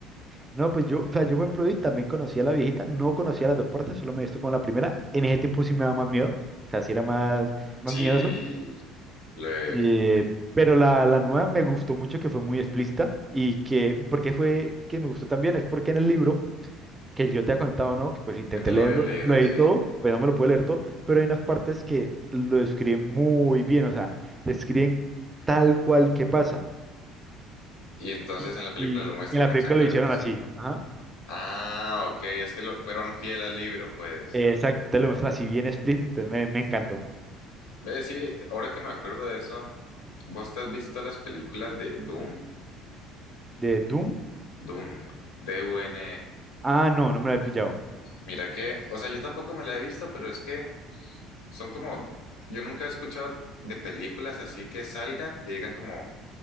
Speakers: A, on the right; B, on the left.
A: No, pues yo, o sea, yo por ejemplo, y también conocía a la viejita, no conocía las dos partes, solo me he visto con la primera. En ese tiempo sí me daba más miedo, o sea, sí era más, más
B: Sí,
A: miedoso.
B: lo he-
A: Eh, pero la, la nueva me gustó mucho que fue muy explícita y que, ¿por qué fue que me gustó también? Es porque en el libro, que yo te he comentado, ¿no? Que pues intenté
B: que te lo
A: leerlo,
B: había leído,
A: no me lo leí
B: sí.
A: todo, pues no me lo pude leer todo, pero hay unas partes que lo describen muy bien, o sea, describen tal cual que pasa.
B: Y entonces
A: Y,
B: en la película
A: y- y
B: lo muestran
A: en la
B: exactamente
A: película lo hicieron
B: así.
A: así. Ajá.
B: Ah, ok, es que lo- fueron fiel al libro, pues.
A: Eh, Exacto, te lo muestran así bien explícito, entonces me, me encantó.
B: Ve, sí, ahora que me acuerdo de eso, ¿vos te has visto las películas de Dune?
A: De Doom,
B: Dune, D-U-N.
A: ah, no, no me lo he pillado.
B: Mira que, o sea, yo tampoco me la he visto, pero es que son como, yo nunca he escuchado de películas así que salgan y digan como,